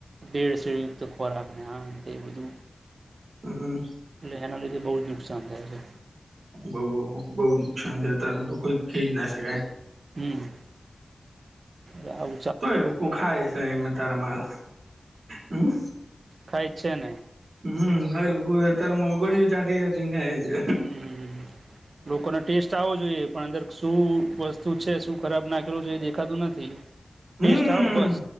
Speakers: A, on the right; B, on the right.
A: બેડ શડયુક્ત ખોરાક ને હા તે એ બધું
B: હમ.
A: એટલે એના લીધે બહુ જ નુકસાન થાય છે.
B: બઉ બઉ બઉ નુકસાન છે અ તાર તો કોઈ થઈ જ ના શકાય
A: હમ આવ
B: તો એ લોકો ખાય છે એમાં તારા માલ હમ
A: ખાય છે ને
B: હમ ઘણા લોકો અત્યારે મગળી ચાઢી ચાઢીં ને ખાઈ છે
A: હમ લોકોનો ટેસ્ટ આવો જોઈએ પણ અંદર શું વસ્તુ છે શું ખરાબ નાખેલું છે એ દેખાતું નથી ટેસ્ટ
B: હમ
A: આવો બસ